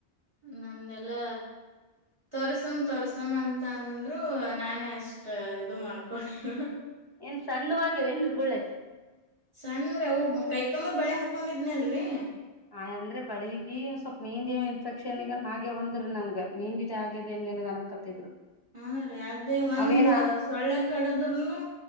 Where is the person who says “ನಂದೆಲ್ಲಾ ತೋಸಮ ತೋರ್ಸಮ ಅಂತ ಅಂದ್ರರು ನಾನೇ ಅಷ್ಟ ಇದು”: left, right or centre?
Right